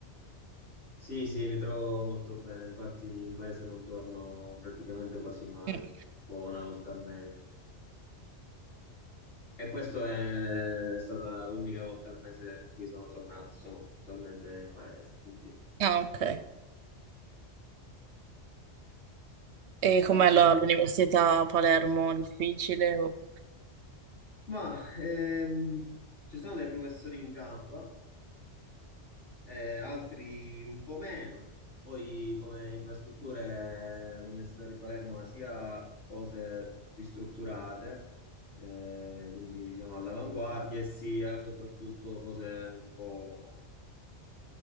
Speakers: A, on the left; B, on the right.
A: Sì, sì, mi trovo molto bene, infatti in paese non torno praticamente quasi mai,
B: Mm.
A: tipo una volta al mese. E questa è stata l'unica volta al mese in cui sono tornato, sono attualmente in paese, quindi...
B: Ah, ok. E com'è
A: Va
B: la-
A: bene,
B: l'università a Palermo?
A: l'università.
B: Difficile? o-
A: Ma ehm, ci sono dei professori in gamba eh, altri un po' meno. Poi come infrastrutture eh, l'Università di Palermo ha sia cose ristrutturate, eh, quindi diciamo all'avanguardia, e sia soprattutto cose un po'